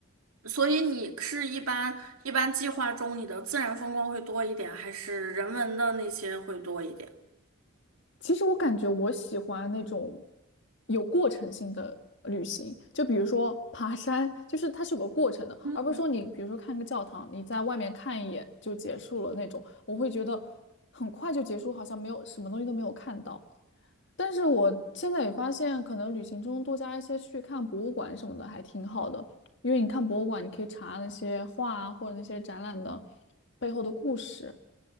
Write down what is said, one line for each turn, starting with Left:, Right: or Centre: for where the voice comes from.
Right: 所以你是一般一般计划中你的自然风光会多一点，还是人文的那些会多一点？
Left: 其实我感觉我喜欢那种有过程性的旅行，就比如说爬山，就是它是有个过程的，而不是说你比如说看个教堂，
Right: 嗯。
Left: 你在外面看一眼就结束了那种，我会觉得很快就结束，好像没有什么东西都没有看到。但是我现在也发现，可能旅行中多加一些去看博物馆什么的还挺好的，因为你看博物馆，你可以查那些画啊或者那些展览的背后的故事。